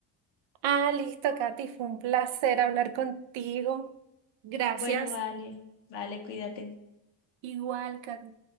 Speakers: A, on the right (about 80°); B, on the left (about 70°).
A: Ah, listo, Katy, fue un placer hablar contigo. Gracias.
B: Bueno, vale, vale, cuídate.
A: Igual, Katy.